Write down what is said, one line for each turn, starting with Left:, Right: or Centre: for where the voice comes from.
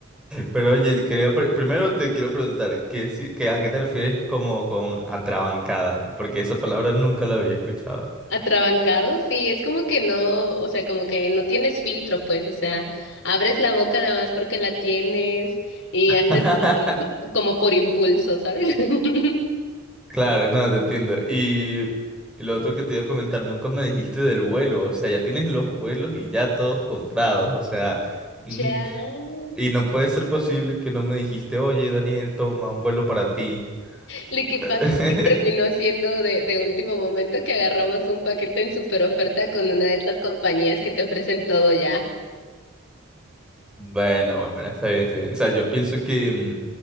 Centre: Pero oye, quería pre- primero te quiero preguntar, ¿qué, si- qué- a qué te refieres como con atrabancada? Porque esa palabra nunca la había escuchado.
Left: Atrabancado, sí, es como que no, o sea, como que no tienes filtro, pues, o sea, abres la boca nada más porque la tienes y haces
Centre: <laughs>
Left: <laughs> como por impulso, ¿sabes? <laughs>
Centre: Claro, no, te entiendo. Y, y lo otro que te iba a comentar, nunca me dijiste del vuelo, o sea, ya tienes los vuelos y ya todos comprados, o sea, mm,
Left: Ya.
Centre: y no puede ser posible que no me dijiste, oye, Daniel, toma un vuelo para ti.
Left: Lo que
Centre: <laughs>
Left: pasa es que terminó siendo de, de último momento que agarramos un paquete en super oferta con una de estas compañías que te ofrecen todo ya.
Centre: Bueno, bueno, está bien, está bien. O sea, yo pienso que mm,